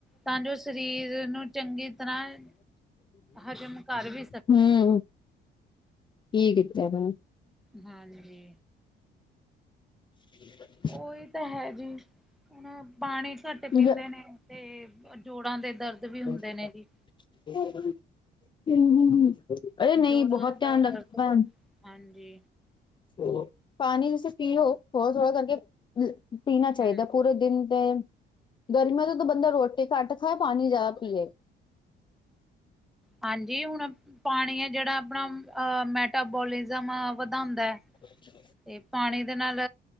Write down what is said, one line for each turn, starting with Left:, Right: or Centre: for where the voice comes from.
Centre: ਤਾਂ ਜੋ ਸਰੀਰ ਨੂੰ ਚੰਗੀ ਤਰ੍ਹਾਂ, ਹਜ਼ਮ ਕਰ ਵ
Left: ਹੂੰ, ਕੀ ਕੀਤਾ ਗਾ।
Centre: ਹਾਂਜੀ।
Left: <inaudible>
Centre: ਓ ਈ ਤਾਂ ਹੈ ਜੀ ਹੁਣ ਪਾਣੀ ਘੱਟ
Left: ਕੀਤਾ
Centre: ਪੀਂਨੇ ਨੇ ਤੇ ਜੋੜਾਂ ਦੇ ਦਰਦ ਵੀ ਹੁੰਦੇ
Left: ਹ
Centre: ਨੇ ਜੀ।
Left: <unintelligible> ਓਏ ਨਹੀਂ
Centre: ਜੋੜਾਂ
Left: ਬੋਹਤ
Centre: ਦਾ
Left: ਧਿਆਨ
Centre: ਦਰਦ
Left: ਲੱਗਦਾ
Centre: ਹਾਂਜੀ।
Left: ਹੋਰ ਪਾਣੀ ਤੁਸੀਂ ਪੀਓ ਥੋੜ੍ਹਾ -ਥੋੜ੍ਹਾ ਕਰਕੇ। ਪੀਣਾ ਚਾਈਦਾ
Centre: ਹੂੰ।
Left: ਪੂਰੇ ਦਿਨ ਤੇ। ਗਰਮੀਆਂ ਚ ਤਾਂ ਬੰਦਾ ਰੋਟੀ ਘੱਟ ਖਾਏ ਪਾਣੀ ਜ਼ਾਦਾ ਪੀਏ।
Centre: ਹਾਂਜੀ ਹੁਣ ਪਾਣੀ ਐ ਜੇੜਾ ਆਪਣਾ ਆ ਮੈਟਾਬੋਲਿਜ਼ਮ ਵਧਾਂਦਾ।
Left: ਬ <unintelligible>
Centre: ਤੇ ਪਾਣੀ ਦੇ ਨਾਲ